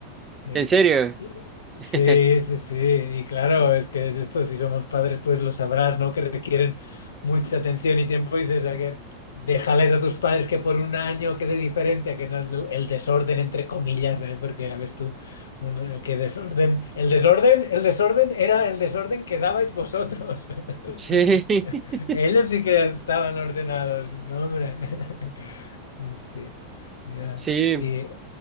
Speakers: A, on the left; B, on the right.
A: Eh,
B: ¿En serio?
A: y- sí,
B: <laughs>
A: sí, sí, y claro, es que es esto, si somos padres, pues lo sabrás, ¿no? Que requieren mucha atención y tiempo y dices, "Ah, que déjales a tus padres que por un año quede diferencia, que no el, el desorden, entre comillas, ¿eh? Porque ya ves tú, un, eh, qué desorden, el desorden, el desorden era el desorden que dabais vosotros.
B: Sí,
A: <laughs>
B: <laughs>
A: Ellos sí que estaban ordenados, no, hombre. <laughs> Este, ya.
B: sí.
A: Y...